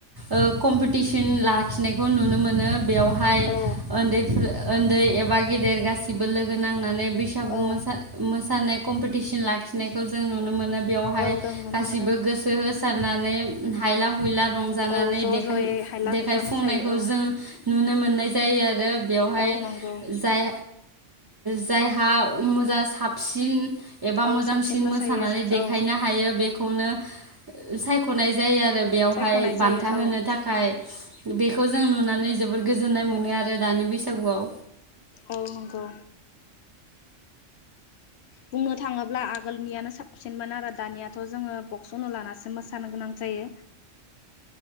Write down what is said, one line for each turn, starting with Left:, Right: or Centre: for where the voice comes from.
Right: ओ कम्पिटिस तिन लाख खिनायखौ नुनो मोनो बेयावहाय
Left: औ
Right: उन्दैफो उन्दै एबा गेदेर गासैबो लोगो नांनानै बैसागु
Left: औ
Right: मोसानाय कम्पिटिसन लाखिनायखौ जों नुनो मोनो बेयावहाय
Left: औ जों नुनो
Right: गासिबो
Left: मोनो
Right: गोसो होसारनानै हाइला हुयला रंजानानै
Left: औ ज'
Right: देखाय
Left: ज'यै हायला हुइला
Right: फु
Left: मोसायो
Right: -फुंनायखौ
Left: औ
Right: जों नुनो मोननाय जाय जाय आरो बेवहाय
Left: औ नंगौ
Right: जाय जायहा मोजा साबसिन एबा
Left: औ
Right: मोजांसिन
Left: साबसिन मोसायो
Right: मो थानानै देखायनो
Left: औ
Right: हायो बे खौनो सायख'नाय जायो आरो आरो बेयावहाय
Left: सायख'नाय
Right: बान्था
Left: जायो औ
Right: होनो थाखाय बेखौ जों नुनानै जोबोद गोजोननाय मोनो आरो दानि बैस जबआव
Left: औ नंगौ बुंनो थाङोब्ला आगोलनियानो साबसिनमोन आरो दानियाथ' जोङो बक्स अनु लानासो मोसानो गोनां जायो